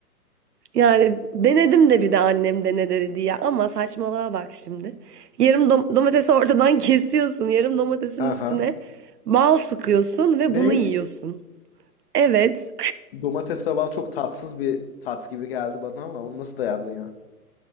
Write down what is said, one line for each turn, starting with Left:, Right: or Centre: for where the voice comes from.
Right: Yani denedim de bir de annem dene dedi ya ama saçmalığa bak şimdi. Yarım dom- domatesi ortadan <laughs> kesiyorsun. Yarım domatesin
Left: Aha.
Right: üstüne bal sıkıyorsun ve
Left: Ne?
Right: bunu yiyorsun. Evet.
Left: Domates ve bal çok tatsız bir tat gibi geldi bana ama onu nasıl dayandın ya?